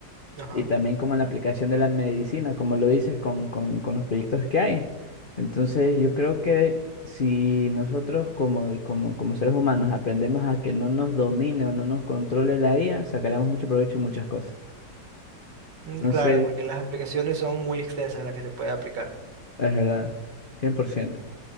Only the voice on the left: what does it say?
Y también como en la aplicación de la medicina, como lo dices con, con, con los proyectos que hay. Entonces, yo creo que si nosotros como, como, como seres humanos aprendemos a que no nos domine o no nos controle la IA, sacaremos mucho provecho en muchas cosas.
Entonces,
es verdad, cien por ciento